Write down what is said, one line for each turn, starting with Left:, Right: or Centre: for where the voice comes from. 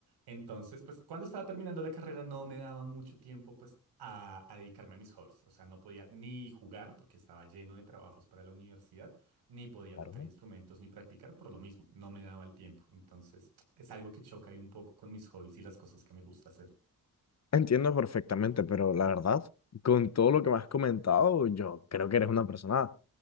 Right: Entonces, pues cuando estaba terminando la carrera no me daba mucho tiempo pues a, a dedicarme a mis hobbies. O sea, no podía ni jugar porque estaba lleno de trabajos para la universidad, ni podía
Left: Claro.
Right: tocar instrumentos ni practicar por lo mismo. No me daba el tiempo. Entonces, es algo que choca ahí un poco con mis hobbies y las cosas que me gusta hacer.
Left: Entiendo perfectamente, pero la verdad, con todo lo que me has comentado, yo creo que eres una persona